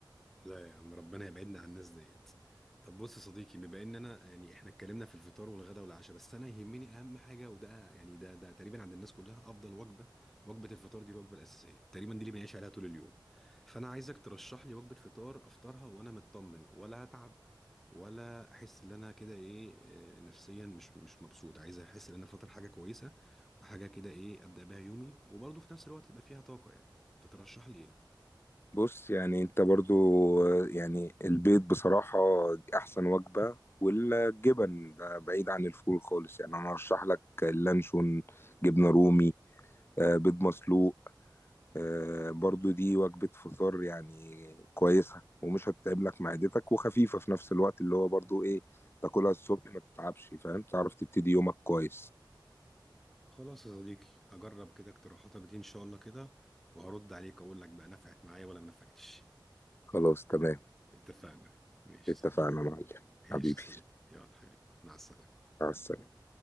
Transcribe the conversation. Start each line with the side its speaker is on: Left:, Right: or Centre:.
Centre: لا يا عم ربنا يبعدنا عن الناس ديت طب بص يا صديقي بما ان انا يعني احنا اتكلمنا في الفطار والغداء والعشاء بس انا يهمني اهم حاجه وده يعني ده ده تقريبا عند الناس كلها افضل وجبه وجبه الفطار دي الوجبه الاساسيه تقريبا دي اللي بنعيش عليها طول اليوم فانا عايزك ترشح لي وجبه فطار افطرها وانا مطمن ولا اتعب ولا احس ان انا كده ايه آه، نفسيا مش مش مبسوط عايز احس ان انا فاطر حاجه كويسه وحاجه كده ايه ابدا بيها يومي وبرضه في نفس الوقت يبقى فيها طاقه يعني فترشح لي ايه
Left: بص يعني انت برضو آه، يعني البيض بصراحة دي احسن وجبة والجبن ده بعيد عن الفول خالص يعني انا ارشح لك اللانشون جبنة رومي آه، بيض مسلوق آه، برضو دي وجبة فطار يعني كويسة ومش هتتعب لك معدتك وخفيفة في نفس الوقت اللي هو برضو ايه تاكلها الصبح ما تتعبش فاهم تعرف تبتدي يومك كويس
Centre: خلاص يا صديقي هجرب كده اقتراحاتك دي ان شاء الله كده وهرد عليك اقول لك بقى نفعت معايا ولا ما نفعتش
Left: خلاص تمام
Centre: اتفقنا ماشي يا
Left: اتفقنا
Centre: صديقي
Left: يا معلم
Centre: ماشي
Left: حبيبي
Centre: يا صديقي يلا حبيبي مع السلامة
Left: مع السلامة